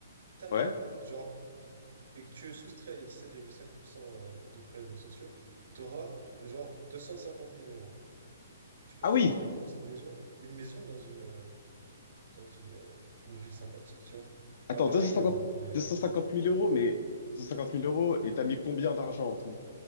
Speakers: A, on the right (about 75°); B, on the left (about 60°).
A: t'as-
B: ouais.
A: genre, et que tu soustrais les 17,5% euh, de prélèvements sociaux, tu auras genre deux cent cinquante mille euros. Tu peux
B: Ah
A: t'acheter
B: oui,
A: une petite maison, une maison dans une, euh, dans une, euh, une ville sympathique, tu vois.
B: attends,
A: Pas Paris,
B: 250,
A: hein, mais...
B: 250
A: euh,
B: 000 euros, mais 250 000 euros,
A: Oui.
B: et t'as mis combien d'argent en tout